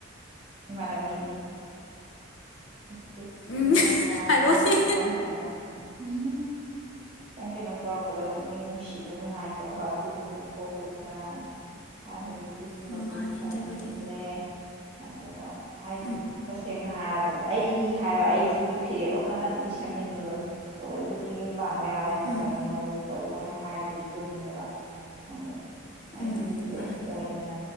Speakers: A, on the right; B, on the left.
A: ꯏꯃꯥꯟꯅꯕꯤ ꯎ ꯎꯆ
B: ꯎꯝ
A: ꯂꯣꯏꯗꯔꯃꯤꯅ
B: ꯍꯥꯏꯔꯛꯑꯣꯅꯦ
A: ꯀꯇ ꯀ ꯈꯤꯇꯪ ꯀꯩꯅꯣ ꯇꯧꯔꯛꯄꯗ ꯄꯨꯛꯅꯤꯡ ꯅꯨꯡꯁꯤꯕ ꯅꯨꯡꯉꯥꯏꯇꯕ ꯑꯗꯨꯒꯨꯝꯕ ꯗ꯭ꯔꯦ ꯍꯥꯏꯗꯒꯤ ꯑꯗꯨꯝꯕꯗꯨ
B: ꯎꯝ ꯃꯥꯅꯦ
A: ꯈꯜꯂꯦ
B: ꯑꯗꯨꯕꯨꯗꯤ
A: ꯑꯗꯨꯒ ꯍꯥꯏꯗꯤ
B: ꯎꯝ
A: ꯇꯁꯦꯡꯅ ꯍꯥꯏꯔꯕꯗ ꯑꯩ ꯍꯥꯏꯕ ꯑꯩꯁꯤꯒꯤ ꯐꯤꯔꯦꯞ ꯑꯃꯇꯪꯗꯤ ꯁꯦꯝꯅꯤꯡꯕꯗꯣ ꯇꯧꯑ‌ꯦ ꯕꯨꯗꯤ ꯌꯨꯝꯕꯥꯟ ꯕ ꯌꯥꯕꯒꯤ
B: ꯎꯝ
A: ꯃꯇꯝ ꯌꯧꯔꯦ ꯈꯣꯠꯂ ꯃꯣꯏꯅ ꯍꯥꯏꯗꯨ ꯆꯨꯝꯃꯦꯕ ꯑꯗ ꯑꯩ
B: ꯎꯝ ꯎꯝ
A: ꯀꯩꯝ
B: ꯃꯥꯅꯤ
A: ꯑꯣꯏꯗꯅ